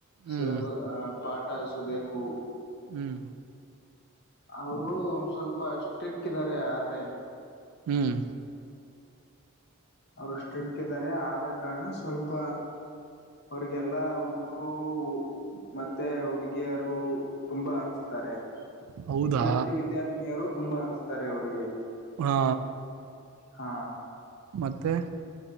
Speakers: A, on the right; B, on the left.
A: ಹ್ಮ್
B: ಸಿಲೆಬ ಅ ಪಾಠಿ ಸುಲೇಕು.
A: ಹ್ಮ್.
B: ಅವರು ಒಂದ್ ಸ್ವಲ್ಪ ಸ್ಟ್ರಿಕ್ ಇದ್ದಾರೆ ಆದ್ರೆ.
A: ಹ್ಮ್.
B: ಅವ್ರು ಸ್ಟ್ರಿಕ್ಟ್ ಇದ್ದಾರೆ ಆದ ಕಾರಣ ಸ್ವಲ್ಪ. ಅವ್ರಿಗೆಲ್ಲಾ ಹುಡಗುರು ರು ಮತ್ತೆ ಹುಡುಗಿಯರು. ತುಂಬಾ ಅಂಜತಾರೆ
A: ಹೌದಾ
B: ವಿದ್ಯಾರ್ಥಿ ವಿದ್ಯಾರ್ಥಿನಿಯರು ತುಂಬಾ ಅಂಜತಾರೆ ಅವರಿಗೆ.
A: ಹಾ.
B: ಹಾ.
A: ಮತ್ತೆ.